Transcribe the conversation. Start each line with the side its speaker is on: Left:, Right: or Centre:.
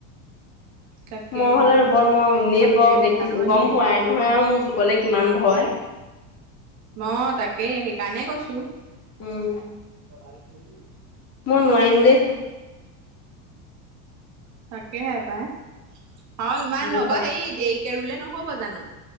Right: তাকে
Left: মই হ'লে
Right: অ
Left: ৰুব নোৱাও। এনেই
Right: মানুহে
Left: বাওঁ
Right: দেখা
Left: দেখি
Right: নহয়
Left: গম
Right: ধুনীয়াকে
Left: পোৱাই
Right: সানিবলৈ
Left: নহয়
Right: কোৱা
Left: আৰু মোৰ জুকলে কিমান ভয়।
Right: অ তাকেই সেইকাৰণে কৈছো।
Left: উম।
Right: <unintelligible>
Left: মই নোৱাৰিম দেই।
Right: তাকেহে পাই আৰু ইমান
Left: বোপান
Right: ৰবা সেই দেৰিকে ৰুলে নহব জানো।